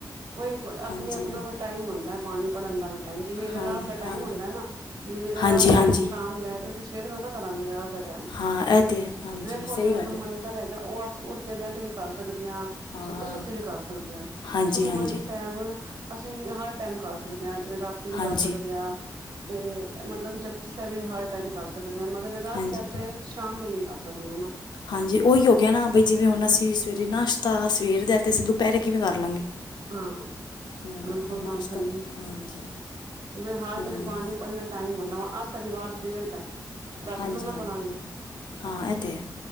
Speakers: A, on the right (about 75°); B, on the left (about 85°).
A: ਕੋਈ ਆਪਣੇ-ਆਪਣਾ
B: ਹਾਂਜੀ
A: ਕੋਈ ਟਾਈਮ ਹੁੰਦਾ ਬਾਣੀ ਪੜ੍ਹਨ ਦਾ ਵੀ ਟਾਈਮ, ਜਿਵੇਂ ਰਹਿਰਾਸ
B: ਹਾਂਜੀ
A: ਦਾ ਟਾਈਮ
B: ਹਾਂ
A: ਹੁੰਦਾ ਨਾ ਜਿਵੇ ਰਹਿਰਾਸ
B: ਹਾਂਜੀ
A: ਦਾ
B: ਹਾਂਜੀ
A: ਟਾਈਮ ਸ਼ਾਮ ਦਾ, ਤੇ ਅਸੀਂ ਸਵੇਰ ਥੋੜੀ ਨਾ ਕਰਾਂਗੇੇ ਰਹਿਰਾਸ
B: ਹਾਂ ਇਹ ਤਾਂ ਹੈ ਹਾਂਜੀ
A: ਵੇਖੋ
B: ਸਹੀ
A: ਜਿਹੜਾ
B: ਗੱਲ
A: ਗੁਰ
B: ਹੈ
A: ਮੰਤਰ ਹੈਗਾ ਉਹ ਅਸੀਂ ਉਠਦੇ ਬਹਿੰਦੇ ਵੀ ਕਰ ਸਕਦੇ ਹਾਂ।
B: ਹਾਂ
A: ਸੁੱਤੇ ਸੁੱਤੇ ਵੀ ਕਰ ਸਕਦੇ ਆ।
B: ਹਾਂਜੀ
A: ਸੁਖਮਨੀ
B: ਹਾਂਜੀ
A: ਸਾਹਿਬ ਅਸੀਂ ਹਰ ਟਾਈਮ ਕਰ ਸਕਦੇ ਆ ਰਾਤੀ ਵੀ ਕਰ
B: ਹਾਂਜੀ
A: ਸਕਦੇ ਆ। ਤੇ ਮਤਲਬ ਜਪਜੀ ਸਾਹਿਬ ਵੀ ਹਰ ਟਾਈਮ ਕਰ ਸਕਦੇ ਹਾਂ, ਮਗਰ <unintelligible>
B: ਹਾਂਜੀ
A: ਸ਼ਾਮ ਵੇਲੇ ਕਰ ਸਕਦੇ ਆ ਨਾ।
B: ਹਾਂਜੀ ਓਹੀ ਹੋ ਗਿਆ ਨਾ ਬਈ ਜਿਵੇਂ ਹੁਣ ਅਸੀਂ। ਫੇਰ ਨਾਸ਼ਤਾ ਸਵੇਰ ਦਾ ਤੇ ਅਸੀਂ ਦੁਪਹਿਰੇ ਕਿਵੇਂ ਕਰ ਲਾਂਗੇ?
A: ਹਾਂ,
B: ਹਾਂ
A: ਬਿਲਕੁਲ
B: ਨਾਸ਼ਤਾ
A: ਗੱਲ ਸਹੀ ਐ,
B: ਹਾਂਜੀ
A: ਮੈਂ ਹਰ
B: ਹੂੰ
A: ਇੱਕ ਬਾਣੀ ਪੜਨ ਦਾ ਟਾਈਮ ਹੁੰਦਾ ਹੁਣ ਅੱਜ ਸ਼ਨੀਵਾਰ ਸਵੇਰ ਦਾ। ਰਾਤੀ
B: ਹਾਂਜੀ,
A: ਥੋੜੀ ਨਾ ਪੜਾਂਗੇ
B: ਹਾਂ ਐਹ ਤੇ ਹੈ।